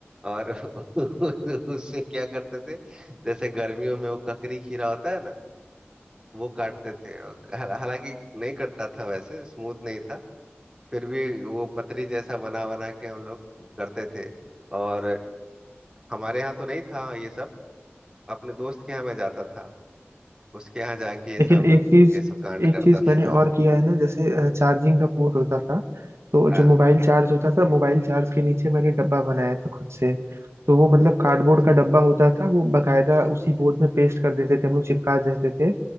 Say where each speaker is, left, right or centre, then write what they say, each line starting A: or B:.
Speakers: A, on the right; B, on the right.
A: और <laughs> उससे क्या करते थे जैसे गर्मियों में वो ककड़ी खीरा होता है ना वो काटते थे हालांकि नहीं कटता था वैसे स्मूथ नहीं था फिर भी वो पतरी जैसा बना बना के हम लोग करते थे और हमारे यहाँ तो नहीं था ये सब अपने दोस्त के यहाँ मैं जाता था उसके यहाँ जाके ये
B: लेकिन
A: सब
B: एक चीज
A: ये सब कांड
B: एक
A: करता
B: चीज मैंने
A: था
B: और किया है ना जैसे चार्जिंग का पोर्ट होता था तो
A: <laughs>
B: जो
A: हाँ
B: मोबाइल चार्ज होता था मोबाइल चार्ज के नीचे मैंने डब्बा बनाया था खुद से तो वो मतलब कार्डबोर्ड
A: अच्छा
B: का
A: अच्छा
B: डब्बा होता था वो बकायदा उसी बोर्ड में पेस्ट कर देते थे हम लोग चिपका देते थे